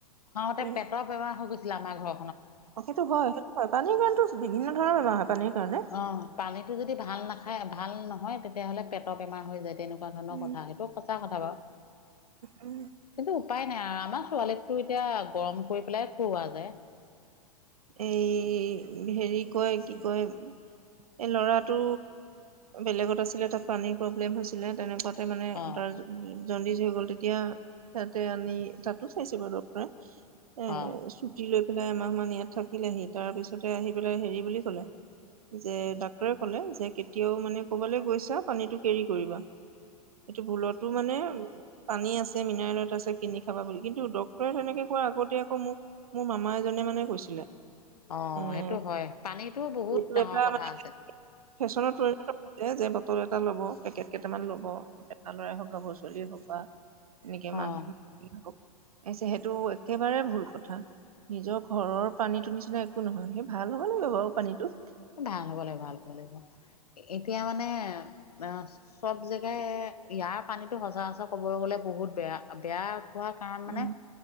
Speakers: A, on the left; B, on the right.
A: খুৱাওঁতে
B: উম,
A: পেটৰ বেমাৰ হৈ গৈছিলে আমাৰ ঘৰ
B: সেইটো হয় সেইটো হয়। পানীৰ কাৰণেটো বিভিন্ন ধৰণৰ বেমাৰ হয় পানীৰ কাৰণে।
A: অ', পানীটো যদি ভাল নাখায়, ভাল নহয়, তেতিয়াহ'লে পেটৰ বেমাৰ হৈ যায় তেনে হেনেকোৱা ধৰণৰ
B: উম,
A: কথা। সেইটো সঁচা কথা বাৰু।
B: উম।
A: কিন্তু উপাই নাই আৰু। আমাৰ ছোৱালীকতো এতিয়া গৰম কৰি পেলাই খুওৱা যায়।
B: এই হেৰি কয়, কি কয়। এই ল'ৰাটো বেলেগত আছিলে। তাত পানীৰ প্ৰব্লেম হৈছিলে। তেনেকুৱা তাতে মানে
A: অ',
B: তাৰ জণ্ডিজ হৈ গ'ল। তেতিয়া সিহঁতে আনি তাতো চাইছে বাৰু ডক্টৰে। এ,
A: অ',
B: চুটি লৈ পেলাই এমাহ মান ইয়াত থাকিলেহি। তাৰ পিছতে আহি পেলাই হেৰি বুলি ক'লে। যে ডাক্তৰে ক'লে যে কেতিয়াও মানে ক'বালে গৈছা, পানীটো কেৰি কৰিবা। এইটো ভুলতো মানে পানী আছে মিনাৰেল ৱাটাৰ আছে কিনি খাবা বুলি। কিন্তু ডক্টৰে তেনেকে কোৱা আগতে আকৌ মোক মোৰ মামা এজনে মানে কৈছিলে।
A: অ', সেইটো
B: এ
A: হয়। পানীটো বহুত
B: এইটো
A: ডাঙৰ
B: এটা
A: কথা
B: মানে
A: আছে।
B: ফেশ্বনত যে বটল এটা ল'ব, পেকেট কেইটামান ল'ব এটা ল'ৰাই হওঁক। গাভৰু ছোৱালী হওঁক বা এনেকে
A: অ',
B: মানুহ সেইটো একেবাৰে ভুল কথা, নিজৰ ঘৰৰ পানী টো নিচিনা একো নহয়, সেই ভাল হব লাগে বাৰু পানীটো।
A: ভাল হ'ব লাগিব ভাল হ'ব লাগিব, এতিয়া মানে অ চব যে এ ইয়াৰ পানীতো সচৰাচৰ ক'ব গ'লে বহুত বেয়া। বেয়া হোৱাৰ কাৰণ
B: উম
A: মানে